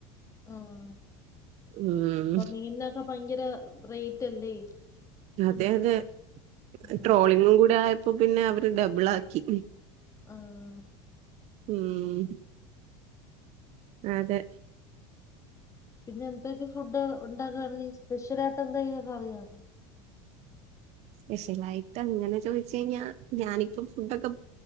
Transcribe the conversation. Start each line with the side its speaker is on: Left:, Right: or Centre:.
Left: ആഹ്
Right: ഉം
Left: ഇപ്പൊ മീനിനൊക്കെ ഭയങ്കര റേറ്റല്ലേ
Right: അതെഅതെ ഇപ്പൊ
Left: ഉം.
Right: ട്രോളിങ്ങും കൂടെ ആയപ്പോ പിന്നെ അവര് ഡബിളാക്കി
Left: ആഹ്
Right: ഉം അതെ
Left: പിന്നെ എന്തൊക്കെ ഫുഡ് ഉണ്ടാക്കാനറിയും സ്പെഷ്യലായിട്ടെന്തെങ്കിലൊക്കെ അറിയാമോ?
Right: സ്പെഷ്യലായിട്ടങ്ങനെ ചോയിച്ച് കഴിഞ്ഞാ ഞാനിപ്പം ഫുഡൊക്കെ